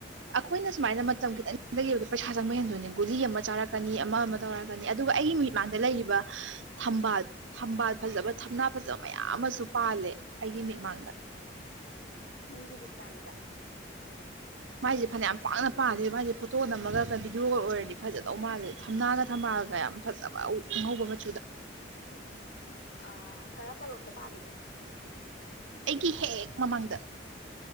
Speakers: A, on the right (about 85°); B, on the left (about 65°).
A: ꯑꯈꯣꯏꯅ ꯁꯨꯃꯥꯏꯅ ꯃꯇꯝ ꯈꯤꯇꯪ ꯊꯦꯡꯗꯒꯤꯕꯗ ꯄꯩꯁꯥ ꯆꯪꯕ ꯍꯦꯟꯗꯣꯏꯅꯦ ꯒꯨꯂꯤ ꯑꯃ ꯆꯥꯔꯛꯀꯅꯤ ꯑꯃ ꯑꯃ ꯇꯧꯔ ꯀꯅꯤ ꯑꯗꯨꯒ ꯑꯩꯒꯤ ꯃꯤꯠꯃꯥꯡꯗ ꯂꯩꯔꯤꯕ ꯊꯝꯕꯥꯜ ꯊꯝꯕꯥꯜ ꯐꯖꯕ ꯊꯝꯅꯥ ꯐꯖꯕ ꯃꯌꯥꯝ ꯑꯃꯖꯨ ꯄꯥꯜꯂꯦ ꯑꯩꯒꯤ ꯃꯤꯠꯃꯥꯡꯗ
B: ꯅꯪꯒꯤ ꯃꯤꯠ ꯃꯥꯡꯗ
A: ꯃꯥꯏꯖꯦ ꯐꯅꯌꯥꯝ ꯄꯥꯛꯅ ꯄꯥꯂꯦ ꯃꯥꯏꯖꯦ ꯐꯣꯇꯣ ꯅꯝꯃꯒ ꯚꯤꯗꯤꯑꯣꯒ ꯑꯣꯏꯔꯗꯤ ꯐꯖꯗꯧ ꯃꯥꯜꯂꯦ ꯊꯝꯅꯥꯒ ꯊꯝꯕꯥꯜꯒ ꯌꯥꯝ ꯐꯖꯕ ꯑꯉꯧꯕ ꯃꯆꯨꯗ
B: ꯑꯥ ꯀꯔꯝꯕꯔꯣꯝꯗ ꯄꯥꯂꯤꯅꯣ
A: ꯑꯩꯒꯤ ꯍꯦꯛ ꯃꯃꯥꯡꯗ